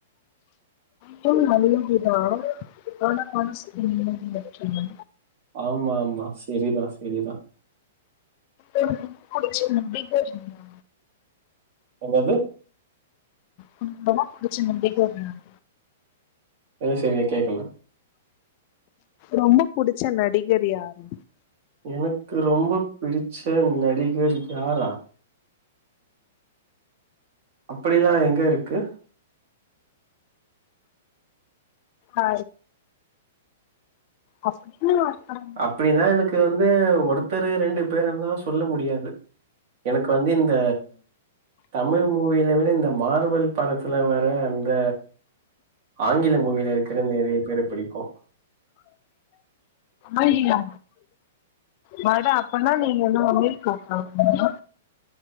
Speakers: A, on the left (about 40°); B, on the right (about 50°).
A: சு நல்லதுதா ஆனா மனசுக்கு நிம்மதி முக்கிய
B: ஆமா ஆமா செரிதா செரிதா
A: உங்களுக்கு புடிச்ச நடிகர் யாரு
B: என்னது
A: ஒனக்கு ரொம்ப புடிச்ச நடிகர் யாரு
B: இல்ல சரியா கேக்கல
A: ரொம்ப புடிச்ச நடிகர் யாரு
B: எனக்கு ரொம்ப பிடிச்ச நடிகர் யாரா அப்படிலா எங்க இருக்கு
A: ஆ அப்படின்னு அர்த்தம்
B: அப்படிலா எனக்கு வந்து ஒருத்தரு ரெண்டு பேரெல்லா சொல்ல முடியாது எனக்கு வந்து இந்த தமிழ் மூவியில விட இந்த மார்வல் படத்துல வர அந்த ஆங்கில மூவில இருக்கிற நெறைய பேர பிடிக்கு
A: <inaudible> ஆய்லியா வட அப்பன்னா நீங்க என்னயு கூப்டனு